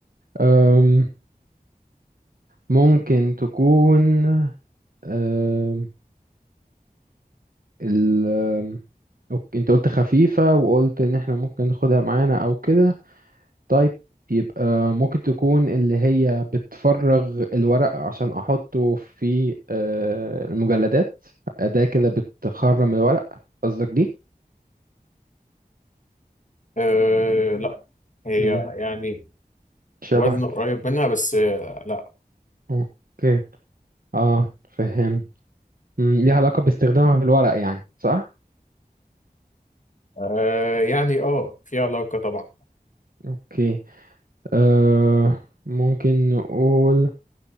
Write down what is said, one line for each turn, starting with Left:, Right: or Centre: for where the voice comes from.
Right: أم ممكن تكون أم ال أم، أوكي، انت قلت خفيفة وقلت ان احنا ممكن ناخدها معانا او كده طيب يبقى ممكن تكون اللي هي بتفرغ الورق عشان احطه في أه، المجلدات أداة كده بتخرم الورق قصدك دي؟
Left: أه لا هي
Right: مم.
Left: يعني
Right: شبهك
Left: وزن قريب منها بس آه، لا
Right: اوكي اه فهم ليها علاقة باستخدامها في الورق يعني صح؟
Left: أه يعني اه في علاقة طبعا
Right: اوكي آه ممكن نقول